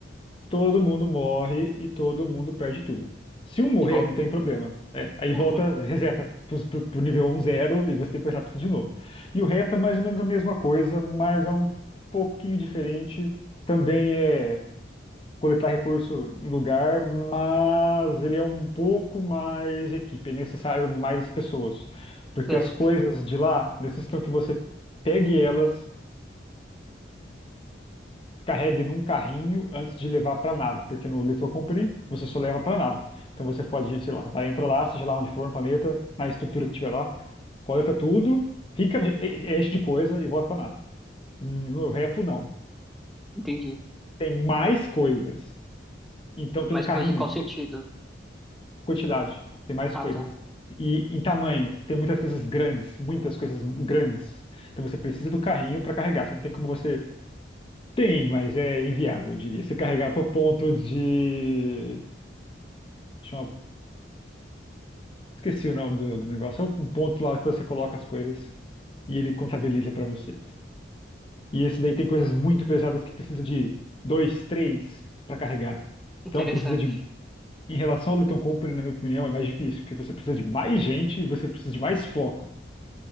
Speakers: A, on the left (about 30°); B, in the centre.
A: Todo mundo morre e todo mundo perde tudo. Se um morrer,
B: E volta.
A: não tem problema. É, aí volta,
B: Uhum,
A: reseta pro, pro- pro nível um zero e você tem que começar tudo de novo. E o rap é mais ou menos a mesma coisa, mas é um pouquinho diferente. Também é coletar recurso em lugar, mas ele é um pouco mais equipe, é necessário mais pessoas. Porque
B: certo,
A: as coisas de lá necessitam que você pegue elas carregue num carrinho antes de levar para a nave, porque no Little Company você só leva para a nave. Então você pode, sei lá, vai entrar lá, seja lá onde for no planeta, na estrutura que tiver lá, coleta tudo, fica, e- enche de coisa e volta para a nave. No Repo, não.
B: entendi.
A: Tem mais coisas. Então tem
B: Mas
A: um carrinho,
B: coisa em qual sentido?
A: tem quantidade, tem mais
B: Ah,
A: coisas.
B: tá.
A: E em tamanho, tem muitas coisas grandes, muitas coisas grandes. Então você precisa do carrinho para carregar. Você não tem como você. Tem, mas é inviável, eu diria. Você carregar para o ponto de. Chama Esqueci o nome do, do negócio. É um ponto lá que você coloca as coisas e ele contabiliza para você. E esse daí tem coisas muito pesadas que precisa de dois, três para carregar.
B: Interessante.
A: Então precisa de, em relação ao Lithium Company, na minha opinião, é mais difícil, porque você precisa de mais gente e você precisa de mais foco.